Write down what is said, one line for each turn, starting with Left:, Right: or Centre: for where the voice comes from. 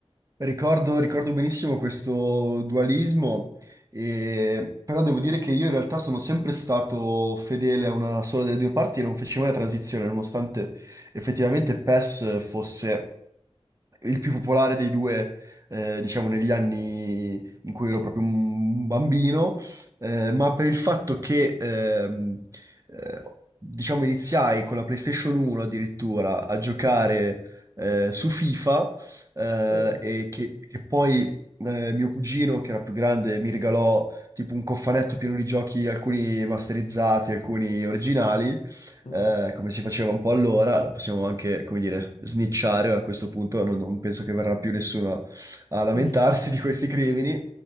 Right: Ricordo, ricordo benissimo questo dualismo, e- però devo dire che io in realtà sono sempre stato fedele a una sola delle due parti e non feci mai la transizione, nonostante effettivamente PES fosse il più popolare dei due, eh, diciamo, negli anni in cui ero proprio un bambino, eh, ma per il fatto che, ehm, eh, diciamo, iniziai con la PlayStation 1 addirittura a giocare, eh, su FIFA, eh,
Left: Sì.
Right: e che, che poi... eh, mio cugino, che era più grande, mi regalò tipo un cofanetto pieno di giochi, alcuni masterizzati, alcuni originali,
Left: Mm.
Right: eh, come si faceva un po' allora, la possiamo anche, come dire, snicciare a questo punto, non, non penso che verrà più nessuno a lamentarsi
Left: <laughs>
Right: di questi crimini.